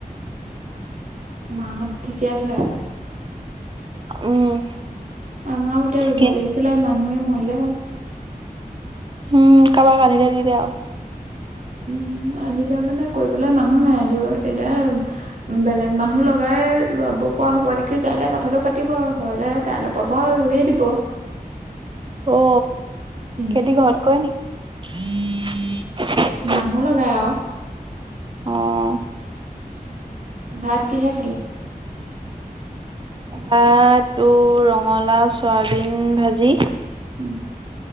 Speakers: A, on the right; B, on the right.
A: মাহঁত ঠিকে আছে
B: উম
A: আমাৰও এতিয়া
B: ঠিকে
A: ৰুব
B: আছে
A: লাগিছিলে মানুহে মৰিলে হ
B: উম কাৰোবাক গ আঢধিকে দি দে আৰু
A: উম আহনিলে মানে কৰিবলৈাই মানুহ নাই এতিয়া উ বেলেগ মানুহ লগাই ৰব পৰা হ'ব নেকি কাইলৈ কথাটো পাতিব আৰু ঘৰলে তাই অলপাবাৰ ৰুৱে দিব
B: অ
A: এনেই
B: খেতি ঘৰত
A: ঘৰ
B: কৰে নেি
A: মানুহো লগাই আৰু
B: অঁ
A: ভাত কিহে খালে
B: তাতো ৰঙালাও চয়াবিন ভাজি
A: ত